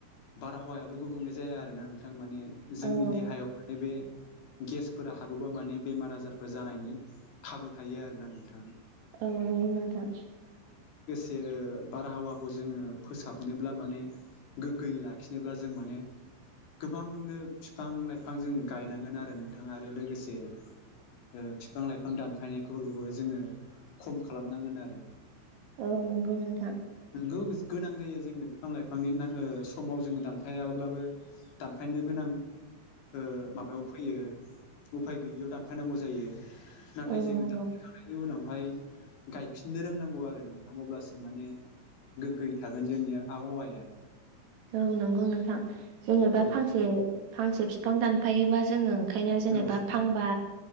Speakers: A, on the left (about 60°); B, on the right (about 65°).
A: बारहावायावल' गुबुंनाय जाया आरो ना नोंथां माने। जोंनि
B: औ
A: देहायाव माने बे गेसफोरा हाबोबा माने बेमार आजारफोर जानायनि खाबु थायो आरोना नोंथां।
B: औ नंगौ नथां।
A: जे बारहावाखौ जोङो फोसाबनोब्ला माने गोग्गोयै लाखिनोब्ला जों माने गोबांनो बिफां लाइफां जों गायनांगोन आरो नोंथां आरो लोगोसे ओ बिफां लाइफां दानफायनायफोरखौबो जोङो खम खालामनांगोन आरो।
B: औ नंगौ नोंथां।
A: नोंगौ गोनां जायो जोंनो बिफां लाइफांनि समाव जोङो दानफायाब्लाबो दानफायनो गोनां ओ माबायाव फैयो उफाय गैयियाव दानफायनांगौ जायो। नाथाय
B: औ
A: जोङो
B: नंगौ
A: दाखखांनायनि उनाव हाय गायफिननो रोंनांगौ आरो नोंथां अब्लासो माने। गोगै थागोन जोंनि आबहावाया।
B: औ नंगौ नोंथां जेंङोबा
A: औ
B: फांसे फांसे बिफां दानफायोबा जोङो खायनो जेनेबा
A: औ
B: फांबा